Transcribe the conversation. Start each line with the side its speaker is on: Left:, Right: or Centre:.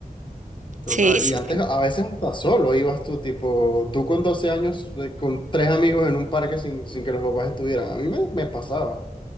Left: Total,
Right: Sí, sí,
Left: y antes
Right: sí.
Left: a veces hasta solo ibas tú, tipo, tú con 12 años, eh, con tres amigos en un parque sin, sin que los papás estuvieran. A mí me, me pasaba.